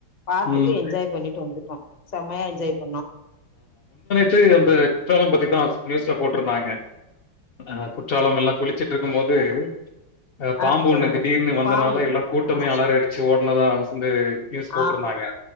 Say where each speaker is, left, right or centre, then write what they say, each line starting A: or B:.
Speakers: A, on the left; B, on the left.
A: பாத்துட்டு
B: ம்.
A: என்ஜாய் பண்ணிட்டு வந்துட்டோ செம்மையா என்ஜாய் பண்ணோ
B: சேய் அந்த குற்றாலம் பத்திதா நியூஸ்ல போட்டிருந்தாங்க அ குற்றாலங்கெல்லா குளிச்சிட்டு இருக்கும் போது அ பாம்பு
A: ஆ சொல்லுங்க
B: ஒன்னு டீர்னு வந்தனால
A: பாம்பு
B: எல்லா கூட்டமே
A: ஆ
B: அலாரடிச்சி ஓடுனதா அரசு வந்து நியூஸ் போட்டிருந்தாங்க
A: ஆ